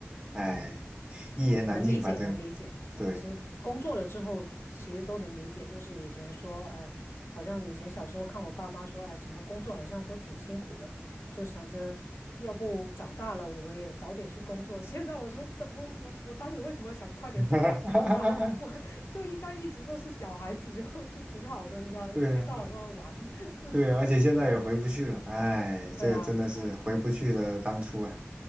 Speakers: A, on the right; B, on the left.
A: 哎，
B: 嗯。
A: 一言难尽，
B: 哎，能理解，
A: 反正
B: 能理解。
A: 对，
B: 其实工作了之后，其实都能理解。就是以前说，哎呀，好像以前小时候看我爸妈说，哎，怎么工作好像都挺辛苦的，就想着要不长大了我们也早点去工作。<laughs> 现在我说，怎么我我当时为什么想快点早长大？
A: <laughs>
B: <laughs> 我就应该一直都是小孩子就，<laughs> 就挺好的，你知道，
A: 对啊，
B: 一天到晚都在玩。<laughs>
A: 对啊，而且现在也回不去了。哎，
B: 对啊，
A: 这个真的是回不去了，
B: 哎，
A: 当初啊，